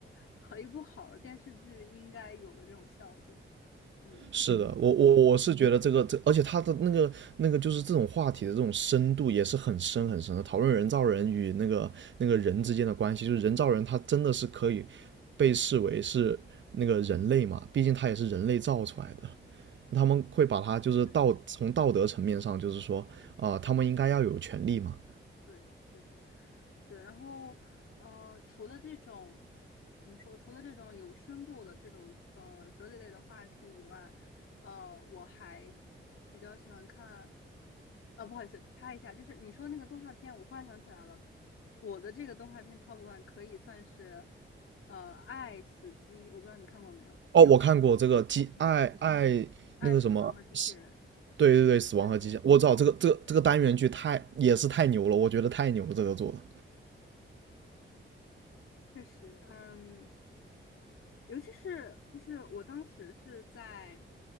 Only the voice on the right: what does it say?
是的，我我我是觉得这个这，而且他的那个那个就是这种话题的这种深度也是很深很深的，讨论人造人与那个那个人之间的关系，就是人造人他真的是可以被视为是那个人类嘛，毕竟他也是人类造出来的，他们会把他就是道从道德层面上就是说啊、
呃他们应该要有权利嘛。
哦，我看过这个《机爱爱那个什么》，
对对对，《死亡和机械》，
我知道这个这个这个单元剧太也是太牛了，我觉得太牛了，这个做的。